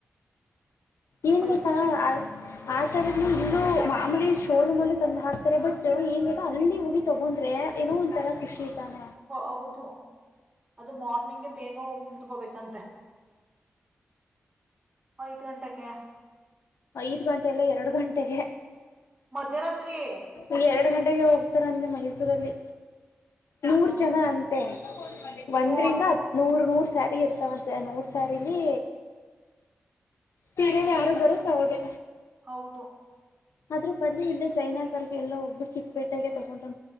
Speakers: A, on the left; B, on the right.
A: ಏನ್
B: ಮೈಸೂರ
A: ಗೊತಾ ಆತಾದ ಇಲ್ಲೂ ಮಾಮೂಲಿ ಶೋರೂಮ್ ಅಲ್ಲೂ ತಂದು ಹಾಕ್ತಾರೆ ಬಟ್ ಏನ್ ಬೇಕ ಅಲ್ಲಿ ಹೋಗಿ ತಗೊಂಡ್ರೆ ಏನೊ ಒಂತರ ಖಷಿ ತಾನೆ
B: ಹೌದು ಅದು ಮಾರ್ನಿಂಗ್ಗೆ ಬೇಗ ಹೋಗಿ ನಿತ್ಕೋಬೇಕಂತೆ ಐದ್ ಗಂಟೆಗೆ
A: ಐದ್ ಗಂಟೆ ಎಲ್ಲ ಎರಡು ಗಂಟೆಗೆ
B: ಮಧ್ಯರಾತ್ರಿ
A: ಈ ಎರಡು ಗಂಟೆಗೆ ಹೋಗ್ತಾರಂತೆ ಮೈಸೂರಲ್ಲಿ ನೂರ್
B: ಹ್ಮ
A: ಜನ ಅಂತೆ ಒಂದ್ರಂದ
B: ಹ್ಮ
A: ನೂರ್ ನೂರ್ ಸ್ಯಾರಿ ಇರ್ತಾವಂತೆ ನೋಡ್ ಸಾರಿಲಿ ಸೀರೆಲಿ
B: ಹೌದು
A: ಯಾರು ಬರು ಹೌದು
B: ಹೌದು
A: ಅದ್ರು ಬಂದಲ್ಲಿಇೇ ಜೈನಾಾಗರ್ಗೆ ಎಲ್ಲಾ ಹೋಗಬಿಟ್ಟ ಚಿಕ್ಕಪೇಟೆಗೆ ತೊಗೊಂಡ್ರೆ